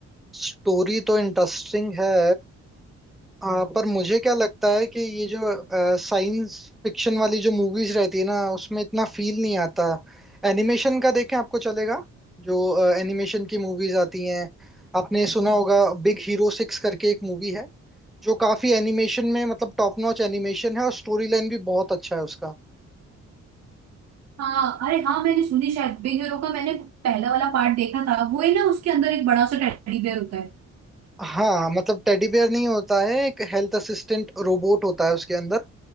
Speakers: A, in the centre; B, on the right (about 60°).
A: स्टोरी तो इंटरेस्टिंग है आ, पर मुझे क्या लगता है कि ये जो साइंस फिक्शन वाली जो मूवीज रहती है ना उसमें इतना फील नहीं आता एनिमेशन का देखें आपको चलेगा जो एनिमेशन की मूवीज आती हैं आपने सुना होगा बिग हीरो सिक्स करके एक मूवी है जो काफी एनिमेशन में मतलब टॉप नॉच एनिमेशन है और स्टोरी लाइन भी बहुत अच्छा है उसका
B: हाँ अरे हाँ मैंने सुनी शायद बिग हीरो का मैंने पहला वाला पार्ट देखा था वो ही ना उसके अंदर एक बड़ा सा टेडी बेयर होता
A: हाँ मतलब टेडी बेयर नहीं होता है एक हेल्थ असिस्टेंट रोबोट होता है उसके अंदर